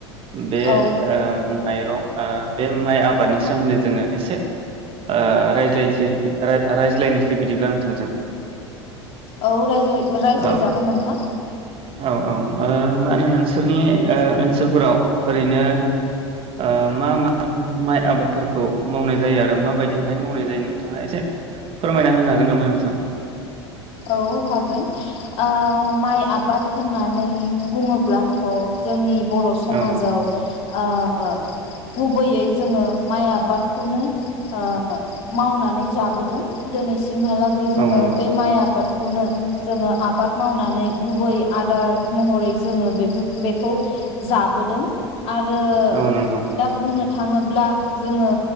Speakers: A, on the right; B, on the left.
A: बे
B: औ
A: ओ माइरं ओ बे माइ आबादनि सोमोन्दै जोङो एसे ओ रायज्लायनसै रायज्लायनिस्लै बिदिब्ला नोंथांजों
B: औ राय-रायज्लायजागोन
A: औ
B: नोंथां
A: औ औ ओ मा होनो नोंसोरनि ओनसोलफोराव ओरैनो ओ मा मा माइ आबादफोरखौ मावनाय जायो आरो माबायदिहाय मावनाय जायो नोंथाङा एसे फोरमायना होनो हागोन नामा नोंथां
B: औ हागोन ओ माइ आबाद होननानै बुङोब्लाथ' जोंनि बर' समाजाव
A: औ
B: ओ ओ गुबैयै जोङो माइ आबादखौनो ओ‌ मावनानै जाबोदों दोनै सिमहालागै जोङो
A: औ नंगौ
B: बे माइ आ आबादखौनो जोङो आबाद मावनानै गुबै आदार महरै जोङो बेफोर बेखौ जाबोदों आरो
A: औ नंगौ
B: दा बुंनो थाङोब्ला जोङो